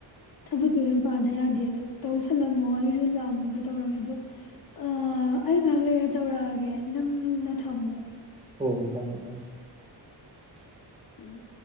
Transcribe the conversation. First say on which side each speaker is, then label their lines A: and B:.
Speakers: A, on the left; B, on the right.
A: ꯊꯕꯛ ꯂꯩ ꯌꯥꯗꯦ ꯑꯗꯨ ꯇꯧꯁꯜꯂꯝꯃꯣ ꯑꯩꯁꯨ ꯂꯥꯛꯑ ꯀ ꯇꯧꯔꯒꯦ ꯑꯗꯣ ꯑ ꯑꯩ ꯉꯥꯏꯍꯥꯛ ꯂꯩꯔ ꯇꯧꯔꯛꯑꯒꯦ ꯅꯪꯅ ꯊꯝꯃꯨ
B: ꯍꯣ ꯊꯃꯦ ꯊꯃꯦ
A: ꯎꯝ